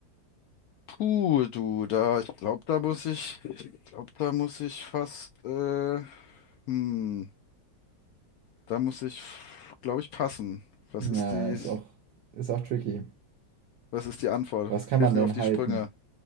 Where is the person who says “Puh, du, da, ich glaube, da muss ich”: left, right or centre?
Left